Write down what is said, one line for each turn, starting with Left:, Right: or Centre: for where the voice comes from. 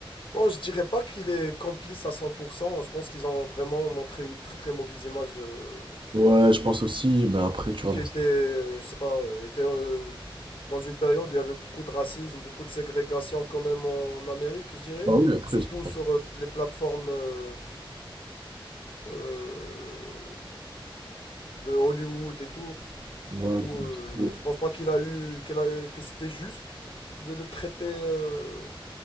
Left: Bon, je dirais pas qu'il est complice à 100%. Je pense qu'ils ont vraiment montré une très très mauvaise image. euh,
Right: Ouais, je pense aussi, mais après, tu
Left: vu
Right: vois,
Left: qu'il
Right: dans...
Left: était, euh, je sais pas, euh, était euh, dans une période où il y avait beaucoup de racisme, beaucoup de ségrégation quand même en Amérique, je dirais.
Right: Bah oui, après,
Left: Surtout
Right: c'est...
Left: sur euh, les plateformes euh, euh, de Hollywood et tout.
Right: Ouais,
Left: Du coup,
Right: dans l'industrie.
Left: euh, je pense pas qu'il a eu, qu'il a- que c'était juste de le traiter euh,